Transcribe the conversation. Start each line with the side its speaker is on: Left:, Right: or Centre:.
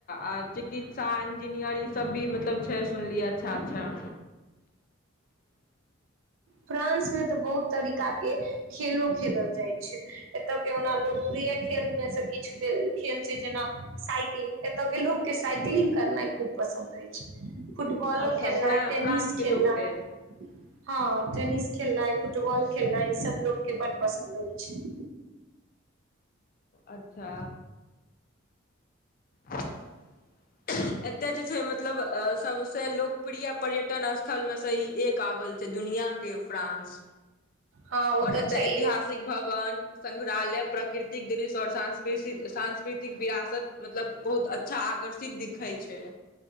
Left: आ चिकित्स सा इंजनीयर सब भी मतलब छै सुनलियै अच्छा अच्छा
Right: फ्रांसमे तऽ बहुत तरीका के खेलो खेलल जाइ छै एतय के ओना लोकप्रिय खेलमे से किछ खेल छै जेना साइकिलिंग एतय के लोक के साइकिलिंग करनाइ खूब पसन्द अछि फुटबॉलो
Left: अच्छा
Right: खेलनाइ
Left: फ्रा
Right: टेनिस
Left: फ्रांस के
Right: खेलनाइ
Left: लोकके
Right: हँ टेनिस खेलनाइ फुटबॉल खेलनाइ ईसभ लोकके बड्ड पसन्द अबइ छै <inaudible>
Left: अच्छा <unintelligible> एतय जे छै मतलब सभसँ लोकप्रिय पर्यटन स्थलमे सँ ई एक आबय छै दुनिआँ के फ्रान्स
Right: हँ ओ
Left: और
Right: तऽ
Left: एत्त ऐतिहासिक
Right: छैहे
Left: भवन संग्रहालय प्राकृतिक दृश्य आओर सांस्कृति सांस्कृतिक तिक विरासत मतलब बहुत अच्छा आकर्षित दिखै छै